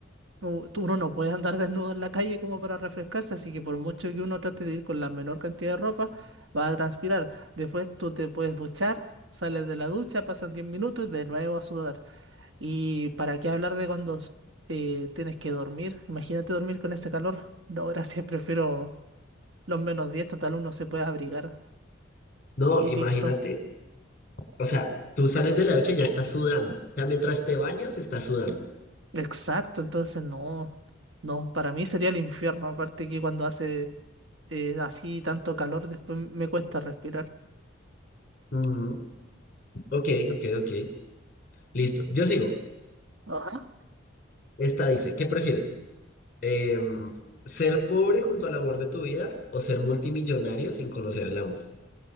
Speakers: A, on the right (about 85°); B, on the left (about 45°).
A: u- tú- uno no puede andar desnudo en la calle como para refrescarse, así que por mucho que uno trate de ir con la menor cantidad de ropa, va a transpirar. Después tú te puedes duchar, sales de la ducha, pasan 10 minutos y de nuevo a sudar. ¿Y para qué hablar de cuando eh, tienes que dormir? Imagínate dormir con este calor. No, gracias, prefiero los menos 10, total uno se puede abrigar
B: No,
A: y
B: imagínate,
A: listo.
B: o sea, tú sales de la ducha y ya estás sudando. O sea, mientras te bañas, estás sudando.
A: Exacto, entonces no, no, para mí sería el infierno, aparte que cuando hace eh, así tanto calor, después me cuesta respirar.
B: Mm, ok, ok, ok. Listo. Yo sigo.
A: Ajá.
B: Esta dice, ¿qué prefieres? Em, ¿ser pobre junto al amor de tu vida o ser multimillonario sin conocer el amor?